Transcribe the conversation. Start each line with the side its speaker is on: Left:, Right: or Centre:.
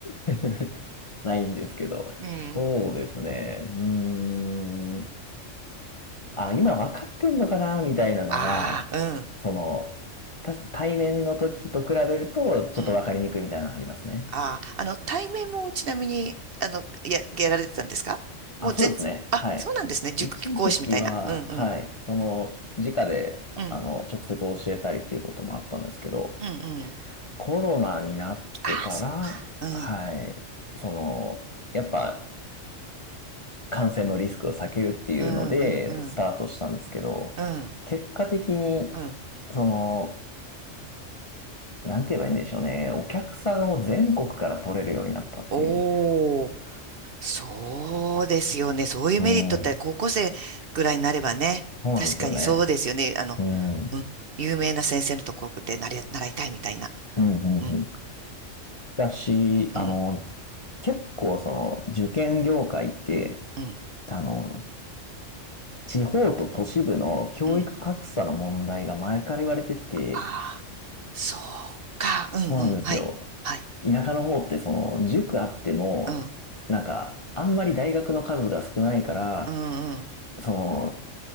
Left: <laughs> ないんですけど。
Right: うん。
Left: そうですね。うーん。あ、今分かってんのかなみたいなのが、
Right: ああ、
Left: その、た対面の時と比べると、ちょっと分かりにくいみたいなのありますね。
Right: うん、うん。ああ、あの、対面もちなみに、あの、や、やられてたんですかもう全然、
Left: あ、そうですね。
Right: あ、
Left: はい。
Right: そうなんですね。塾講師みたいな。
Left: 一時期は、
Right: うん、うん、
Left: はい、その、直で、
Right: うん、
Left: あの、直接教えたりっていうこともあったんですけど、
Right: うん、うん。
Left: コロナになってから、
Right: ああ、そう。うん、
Left: はい、その、やっぱ、感染のリスクを避けるっていうので、
Right: うん、うん、うん、
Left: スタートしたんですけど、
Right: うん、
Left: 結果的に、
Right: うん。
Left: その、なんて言えばいいんでしょうね。お客さんを全国から取れるようになったっていう。
Right: おー。そうですよね。そういうメリットって高校生ぐらいになればね。
Left: うん、そうなんですよね。
Right: 確かにそうですよね。あの、
Left: うん、うん、
Right: うん。有名な先生のところでなれ習いたいみたいな。
Left: うん、うん。
Right: うん。
Left: だし、
Right: うん。
Left: あの、結構その受験業界って、
Right: うん。
Left: あの、地方と都市部の教育格差の問題が前から言われてて、
Right: うん。ああ、そうか。うんうん。
Left: そうなんですよ。
Right: はい。はい。
Left: 田舎の方ってその塾あっても、
Right: うん。
Left: なんか、あんまり大学の数が少ないから、
Right: うんうん。
Left: その、